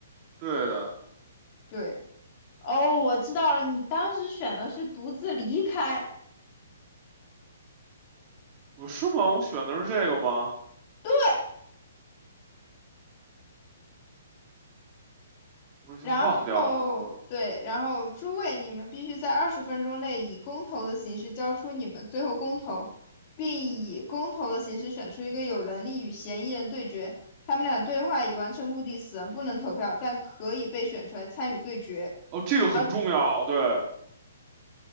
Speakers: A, on the right; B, on the left.
A: 对的，
B: 对，哦，我知道了，你当时选的是独自离开。
A: 我是吗？我选的是这个吗？
B: 对，
A: 我已经忘掉了。
B: 然后对，然后诸位，你们必须在二十分钟内以公投的形式交出你们最后公投，并以公投的形式选出一个有能力与嫌疑人对决。他们俩对话已完成目的，死人不能投票，但可以被选出来参与对决。
A: 哦，这个很重要，
B: 而且
A: 对。